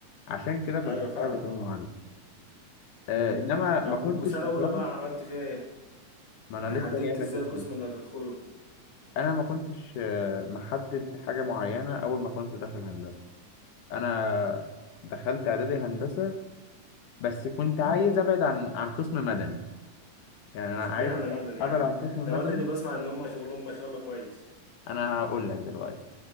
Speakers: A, on the left; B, on the left.
A: عشان كده كنت
B: ايوه فاهمك
A: حابب اكون
B: اه
A: مهندس آه
B: امم
A: انما
B: طب
A: ما كنتش
B: وسنه
A: بصراحه
B: اولى بقى عملت فيها ايه
A: ما
B: يعني
A: انا
B: حددت
A: لسه جاي لك
B: ازاي
A: في الكلام.
B: القسم اللي هتدخله
A: انا ما كنتش آه، محدد حاجه معينه اول ما كنت داخل هندسه انا دخلت اعدادي هندسه بس كنت عايز ابعد عن عن قسم مدني يعني انا
B: اشمعنى
A: عايز
B: مدني
A: ابعد
B: يعني
A: عن قسم
B: ده
A: مدني
B: مدني بسمع ان هم شغلهم ما شاء الله كويس
A: انا هقول لك دلوقتي